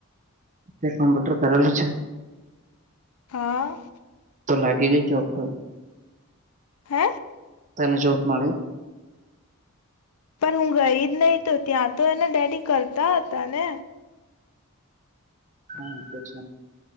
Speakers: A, on the right; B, on the left.
A: એ કમ્પ્યુટર કરેલું છે.
B: હા.
A: તો લાગી જ ચો તો.
B: હે.
A: તને જોબ મળી.
B: પણ હું ગઈ જ નહીિ તો ત્યાં તો એના ડેડી કરતા હતા ને.
A: હા પ છે.